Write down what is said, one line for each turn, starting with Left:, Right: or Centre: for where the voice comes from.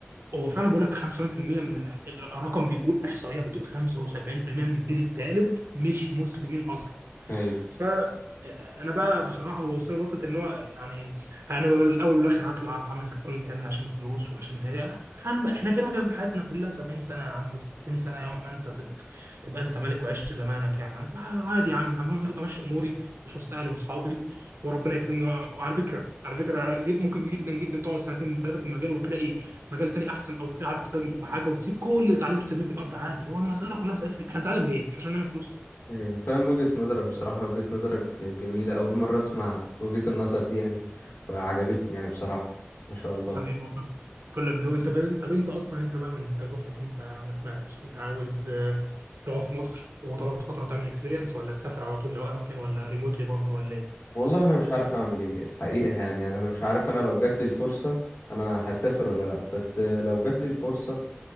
Right: هو فعلا بقول لك 75% من ال- الرقم بيقول احصائيه بتقول 75% من الجيل الثالث مش مسلمين اصلا
Left: ايوه
Right: فانا بقى بصراحه ببص له بصت ان هو يعني انا بقى الاول والاخر هطلع بعمل كل الكلام ده عشان فلوس وعشان غيري حلم احنا كده كده حياتنا كلها 70 سنه يا عم 60 سنه يوم ما انت تت- تبقى انت ملك وعشت زمانك يعني فعادي يا عم هم- امشي اموري اشوف اهلي واصحابي وربنا يكرمني وعلى فكره على فكره جد ممكن جدا جدا تقعد سنتين ثلاثه في المجال وتلاقي مجال تاني احسن او تلاقي عارف تتاجر في حاجه وتسيب كل اللي اتعلمته ترميه في الارض عادي هو المساله كلها مساله في- احنا بنتعلم ليه؟ مش عشان نعمل فلوس
Left: ايوه فاهم وجهة نظرك بصراحة وجهة نظرك جميلة اول مرة اسمع وجهة النظر دي يعني وعجبتني يعني بصراحة ما شاء الله
Right: حبيبي والله كلك ذوق انت بقى طب انت اصلا انت بقى من تجربتك انت ما سمعتش انت عاوز آه، تقعد في مصر وتقعد فتره وتعمل اكسبيرينس ولا تسافر على طول لو امكن ولا ريموتلي برضه ولا ايه؟
Left: والله انا مش عارف اعمل ايه الحقيقه يعني يعني انا مش عارف انا لو جات لي الفرصه انا هسافر ولا لا بس لو جات لي الفرصه